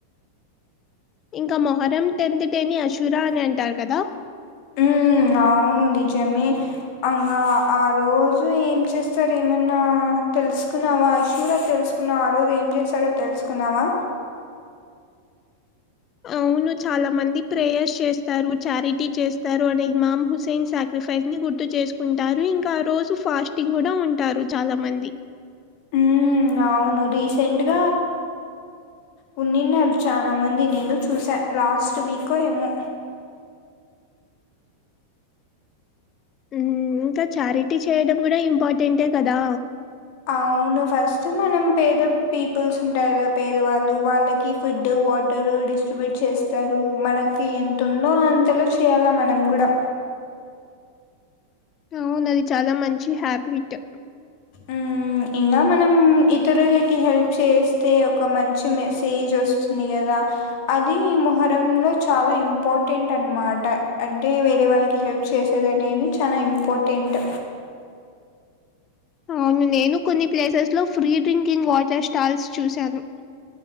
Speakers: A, on the left; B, on the left.
A: ఇంక మొహరం టెన్త్ డే ని అశురా అని అంటారు కదా
B: ఉ అవును నిజమే అంగా ఆ రోజు ఏం చేస్తారు ఏమన్నా తెలుసుకున్నావా అష్యూరా తెలుస్క్ న్నావా ఆ రోజు ఏం చేశారో తెలుసుకున్నావా
A: అవును చాలా మంది ప్రేయర్స్ చేస్తారు చారిటీ చేస్తారు అనే హమామ్ హుస్సైన్ సా ప్రిపేస్ని గుర్తు చేసుకుంటారు ఇంకా ఆ రోజు ఫాస్టింగ్ కూడా ఉంటారు చాలా మంది.
B: ఉ అవును రీసెంట్గా వున్నినారు చాలా మంది నేను చూసా లాస్ట్ వీకో ఏమో.
A: ఉమ్ ఇంకా ఛారిటీ చేయడం కూడా ఇంపార్టెంటే కదా.
B: అవును ఫస్ట్ మనం పేద పీపుల్స్ ఉంటారు కదా పేదవాళ్ళు వాళ్ళకి ఫుడ్ వాట్ టరు డిస్ట్రిబ్యూట్ చేస్తారు మనకి ఎంతుందో అంతలో చేయాలా మనం కూడా.
A: అవును అది చాలా మంచి హ్యాబిట్
B: ఉ ఇంకా మనం ఇతరులకి హెల్ప్ చేస్తే ఒక మంచి మెసేజ్ వస్ స్తుంది కదా అది ఈ ముొహరంలో చాలా ఇంపార్టెంట్ అనమాట. అంటే వేరే వాళ్ళకి హెల్ప్ చేసేది అనేది చాలా ఇంపార్టెంట్.
A: అవును నేను కొన్ని ప్లేసెస్లో ఫ్రీ డ్రింకింగ్ వాటర్ స్టాల్స్ చూశాను.